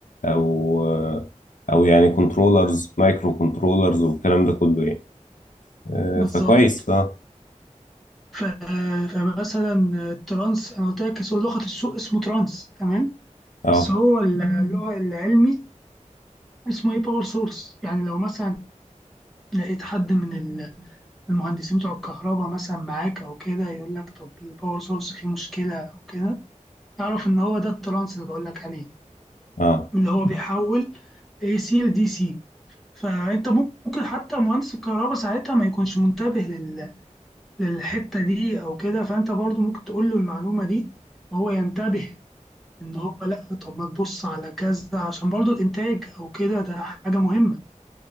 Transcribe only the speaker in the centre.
بالظبط
ف- فمثلا الترانس أنا قلت لك اسم- لغة السوق اسمه ترانس تمام
بس هو ال- اللغة العلمي اسمه ايه باور سورس يعني لو مثلا لقيت حد من ال- المهندسين بتوع الكهرباء مثلا معاك او كده يقول لك طب الباور سورس فيه مشكله او كده تعرف ان هو ده الترانس اللي بقول لك عليه
اللي هو بيحول اي سي لدي سي فانت ممكن حتى مهندس الكهرباء ساعتها ما يكونش منتبه لل... للحته دي او كده فانت برضو ممكن تقول له المعلومه دي وهو ينتبه ان هو لا طب ما تبص على كذا عشان برضو الانتاج او كده ده حاجه مهمه